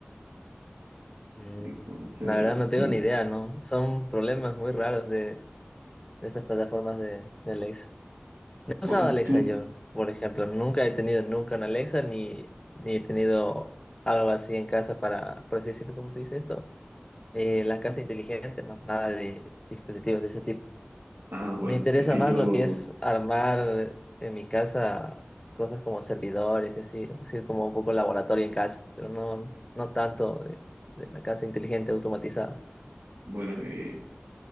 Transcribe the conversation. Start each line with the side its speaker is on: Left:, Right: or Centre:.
Left: Mm,
Right: Entonces,
Left: La verdad no tengo
Right: sí.
Left: ni idea, ¿no? Son problemas muy raros de, de estas plataformas de, de Alexa. No he
Right: O
Left: usado
Right: sea,
Left: Alexa
Right: tú,
Left: yo, por ejemplo. Nunca he tenido nunca una Alexa ni, ni he tenido algo así en casa para, por así decirlo, ¿cómo se dice esto? Eh, la casa inteligente, ¿no? Nada de dispositivos de ese tipo.
Right: ah, bueno,
Left: Me interesa
Right: es que
Left: más
Right: yo,
Left: lo que es armar en mi casa cosas como servidores y así, así como un poco laboratorio en casa, pero no, no tanto de, de la casa inteligente automatizada.
Right: bueno, eh,